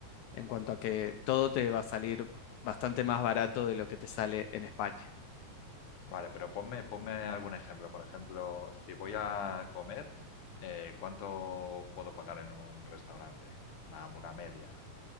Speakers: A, on the left; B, on the left.
A: en cuanto a que todo te va a salir bastante más barato de lo que te sale en España.
B: Vale, pero ponme, ponme algún ejemplo. Por ejemplo, si voy a comer, eh, ¿cuánto puedo pagar en un restaurante? Una, una media.